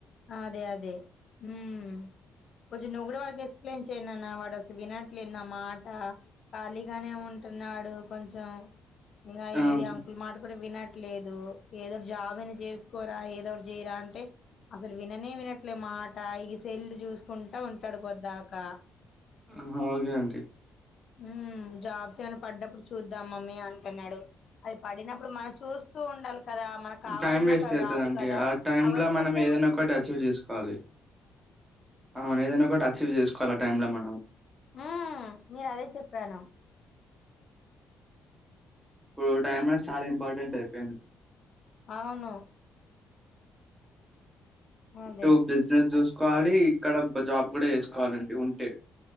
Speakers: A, on the left (about 55°); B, on the right (about 15°).
A: అదే అదే ఉం కొంచెం నువ్వు కూడా వాడికి ఎక్స్ప్లెయిన్ చేయ్ నాన్న వాడు అసల్ వినట్లేదు. నా మాట. ఖాళీగానే ఉంటున్నాడు కొంచెం. ఇంకా
B: ఆ,
A: ఏది
B: ఓకే
A: అంకుల్ మాట కూడా వినట్లేదు. ఏదో ఒకటి జాబ్ అయిన చేసుకోరా ఏదో ఒకటి చేయరా అంటే అసలు విననే వినట్లే మాట ఇక సెల్లు చూసుకుంటా ఉంటాడు పొద్దాకా
B: అ ఓగే అంటి
A: ఊమ్ జాబ్స్ ఏమైనా పడ్డప్పుడు చూద్దాం మమ్మీ అంటున్నాడు. అవి పడినప్పుడు మనం చూస్తూ ఉండాలి. కదా మనకు కావాలన్నప్పుడు
B: టైం వేస్ట్
A: అవి
B: అవుతుందండి
A: రావు కదా
B: ఆ టైంలో
A: అవి వచ్చినప్పు
B: మనం ఏదైనా ఒకటి అచీవ్ చేసుకోవాలి. అవును ఏదైనా ఒకటి అచీవ్ చేసుకోవాలి. టైమ్లా మనము
A: ఊ మీరు అదే చెప్పాను
B: ఇప్పుడు టైం అనే చాలా ఇంపార్టెంట్ అయిపోయింది.
A: అవును
B: ఇటు
A: అదే.
B: బిజినేస్ చూస్ కోవాలి ఇక్కడ జాబ్ కూడా వేసుకోవాలి అండి ఉంటే